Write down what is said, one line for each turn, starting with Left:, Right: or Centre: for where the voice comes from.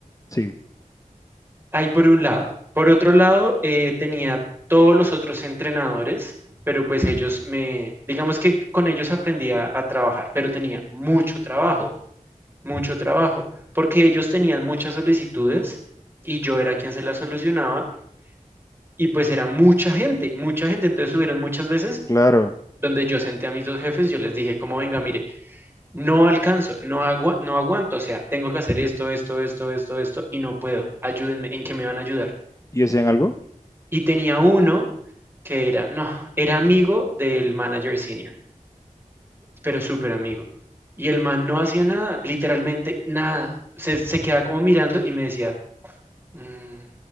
Left: Sí,
Right: Ahí por un lado. Por otro lado, eh, tenía todos los otros entrenadores, pero pues ellos me, digamos que con ellos aprendía a trabajar, pero tenía mucho trabajo, mucho trabajo, porque ellos tenían muchas solicitudes y yo era quien se las solucionaba y pues era mucha gente, mucha gente. Entonces subieron muchas veces
Left: claro.
Right: donde yo senté a mis dos jefes, yo les dije, como venga, mire, no alcanzo, no, agua- no aguanto, o sea, tengo que hacer esto, esto, esto, esto, esto, y no puedo, ayúdenme, ¿en qué me van a ayudar?
Left: ¿Y decían algo?
Right: Y tenía uno que era, no, era amigo del manager senior, pero súper amigo. Y el man no hacía nada, literalmente nada. Se, se quedaba como mirando y me decía, "Mm,